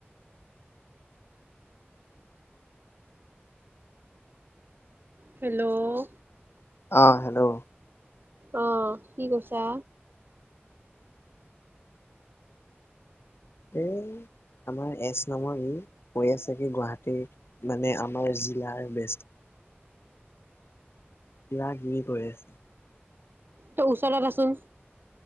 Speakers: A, on the right; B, on the left.
A: হেল্ল'
B: অঁ হেল্ল'
A: আহ কি কৈছা?
B: এ আমাৰ এছ নামৰ ই কৈ আছে কি গুৱাহাটীৰ মানে আমাৰ জিলাৰ বেষ্ট কিবাগি কৈ আছে।
A: তই ওচৰত আছোন।